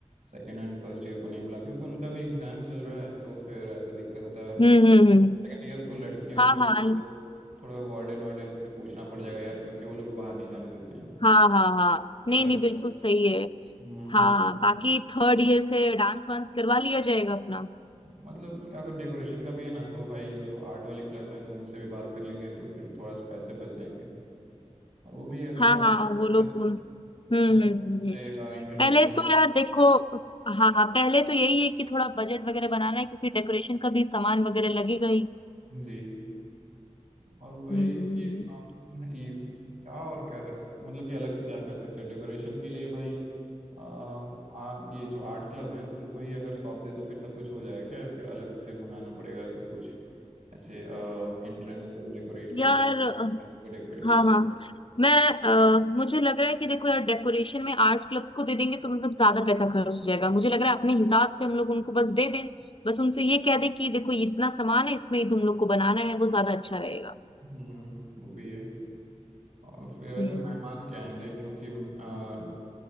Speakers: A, on the right (about 90°); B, on the left (about 45°).
A: सेकेंड एंड फर्स्ट ईयर को नहीं बुला क्योंकि उनका भी एग्जाम चल रहा है तो फिर ऐसे दिक्कत होता है
B: हम्म हम्म हम्म
A: सेकेंड ईयर को लड़कियों
B: हाँ
A: को भी
B: हाँ हाँ
A: थोड़ा वार्डन वार्डन से पूछना पड़ जाएगा यार क्योंकि वो लोग को बाहर नहीं जाने देते हैं
B: हाँ हाँ हाँ।
A: और
B: नहीं
A: सर
B: नहीं बिल्कुल सही है
A: हम्म
B: हाँ बाकी थर्ड ईयर से डांस वांस करवा लिया जाएगा अपना
A: मतलब कि अगर डेकोरेशन का भी है ना तो भाई जो आर्ट वाले क्लब हैं तो उनसे भी बात कर लेंगे तो फिर थोड़ा सा पैसे बच जाएंगे और वो भी अगर
B: हाँ
A: पैसे
B: हाँ वो लोग
A: <laughs>
B: उन- हम्म
A: थोड़ा
B: हम्म हम्म हम्म।
A: एंटरटेनमेंट
B: पहले तो यार देखो हाँ हाँ पहले तो यही है कि थोड़ा बजट वगैरह बनाना है क्योंकि डेकोरेशन का भी सामान वगैरह लगेगा ही
A: जी और वही
B: हम्म
A: कि
B: हम्म,
A: आ, ये क्या और क्या रख मतलब कि अलग से क्या कर सकते हैं डेकोरेशन के लिए भाई आ, आ, ये जो आर्ट क्लब हैं तो उनको ही अगर सौंप दे तो फिर सब कुछ हो जाएगा क्या या फिर अलग से मंगाना पड़ेगा सब कुछ ऐसे एंट्रेंस को डेकोरेट करना
B: हम्म। यार
A: <laughs> डेकोरेट
B: हाँ
A: कर
B: हाँ मैं अ, मुझे लग रहा है कि देखो यार डेकोरेशन में आर्ट क्लब्स को दे देंगे तो मतलब ज्यादा पैसा खर्च हो जाएगा मुझे लग रहा है अपने हिसाब से हम लोग उनको बस दे दें बस उनसे ये कह दें कि देखो ये इतना सामान है इसमें ही तुम लोग को बनाना है वो ज्यादा अच्छा रहेगा
A: हम्म वो भी है और फिर वैसे
B: हम्म
A: मेहमान क्या आएंगे क्योंकि आ,